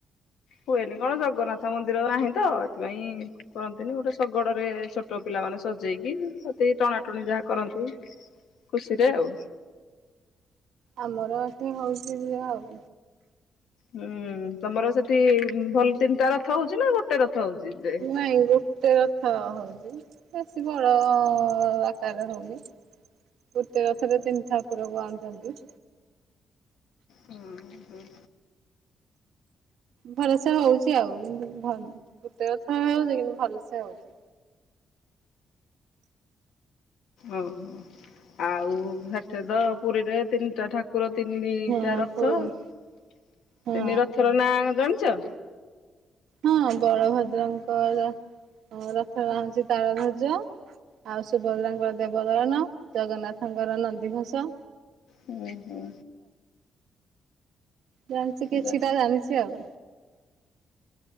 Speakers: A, on the left (about 90°); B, on the right (about 80°).
A: ହୁଏନି କଣ ଜଗନ୍ନାଥ ମନ୍ଦିର ନାହିଁ ତ ଏଥିପାଇଁ କରନ୍ତିନି ଗୋଟେ ଶଗଡ଼ରେ ଛୋଟ ପିଲାମାନେ ସଜେଇକି ସେତିକି ଟଣାଟଣି ଯାହା କରନ୍ତି। ଖୁସିରେ ଆଉ।
B: ଆମର ଏଠି ହଉଚି ଯେ ଆଉ।
A: ହୁଁ ତମର ସେଠି ଭଲ ତିନିଟା ରଥ ହଉଚି ନା ଗୋଟେ ର ଥ ହଉଚି ଯେ
B: ନାଇଁ ଗୋଟେ ରଥ ହଉଚି ବେଶୀ ବଡ଼ ଆକାରରେ ହଉନି। ଗୋଟେ ରଥରେ ତିନି ଠାକୁରଙ୍କୁ ଆଣୁଚନ୍ତି।
A: ହୁଁ ହୁଁ।
B: ଭଲସେ ହଉଚି ଆଉ କିନ୍ତୁ ଭଲ ଗୋଟେ ରଥ ହଉଚି କିନ୍ତୁ ଭଲସେ ହଉଚି।
A: ଓହୋ ଆଉ ହେଠିତ ପୁରୀରେ ତିନିଟା ଠାକୁ ଠାକୁର ତିନିଟା
B: ହଁ
A: ରଥ
B: ପୁଣି
A: ତିନି
B: ହଁ
A: ରଥର ନାଁ ଜାଣିଚ?
B: ହଁ ବଳଭଦ୍ରଙ୍କର ରଥ ରଥନାଁ ହଉଚି ତାଳଧ୍ବଜ। ଆଉ ସୁଭଦ୍ରାଙ୍କର ଦେବଦଳନ ଜଗନ୍ନାଥଙ୍କର ନନ୍ଦୀଘୋଷ।
A: ହୁଁ ହୁଁ।
B: ଜାଣିଚି କିଛିଟା
A: ଯା
B: ଜାଣିଚି ଆଉ।